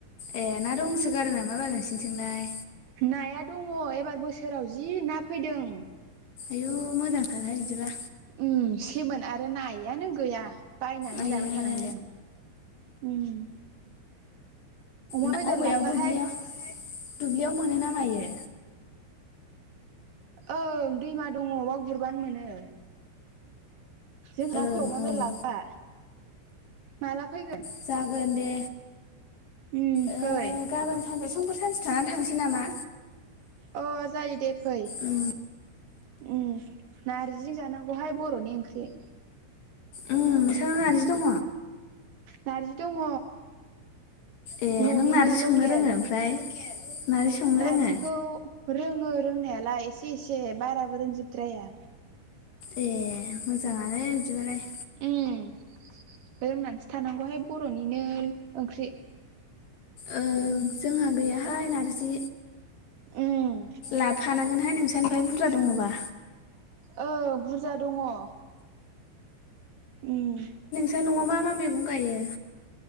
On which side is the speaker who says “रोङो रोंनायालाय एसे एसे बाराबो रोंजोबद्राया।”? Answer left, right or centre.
Right